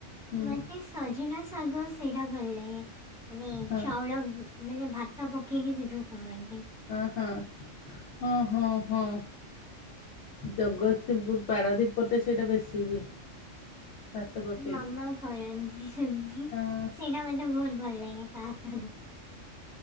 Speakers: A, on the left; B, in the centre.
A: ହୁଁ
B: ମତେ ସଜନା ଶାଗ ସେଇଟା ଭଲ ଲାଗେ। ମାନେ
A: ହଁ
B: ଚାଉଳ ମାନେ ଭାତ ପକେଇକି ସେ ଯୋଉ କରନ୍ତି
A: ହଁ ହଁ ହୁଁ ହୁଁ ହୁଁ। ଜଗତସିଂହପୁର ପାରାଦୀପ ପଟେ ସେଇଟା ବେଶୀ ହୁଏ। ଭାତ ପକେଇକି
B: ମାମା କରନ୍ତି ସେମିତି
A: ହଁ
B: ସେଇଟା ମତେ ବହୁତ ଭଲ ଲାଗେ ତା ହାତୁରୁ।